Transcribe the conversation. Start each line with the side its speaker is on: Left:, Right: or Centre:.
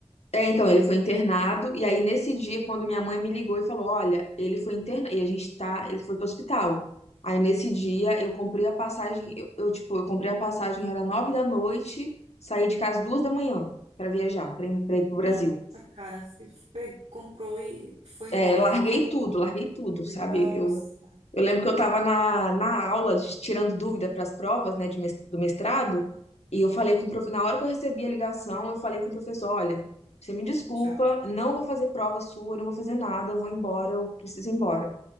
Left: É, então, ele foi internado, e aí nesse dia, quando minha mãe me ligou e falou, olha, ele foi internado, e a gente tá, ele foi pro hospital. Aí nesse dia, eu comprei a passagem, eu, eu, tipo, eu comprei a passagem, era nove da noite, saí de casa duas da manhã pra viajar, pra ir, pra ir
Right: Nossa,
Left: pro Brasil.
Right: cara, você pe- comprou e foi
Left: É,
Right: embora.
Left: larguei tudo, larguei tudo, sabe?
Right: Nossa,
Left: Eu Eu lembro que eu estava na, na aula, tirando dúvida para as provas, né, de mes- do mestrado, e eu falei com o prof... na hora que eu recebi a ligação, eu falei com o professor, olha, você me desculpa,
Right: tchau.
Left: não vou fazer prova sua, não vou fazer nada, eu vou embora, eu preciso ir embora.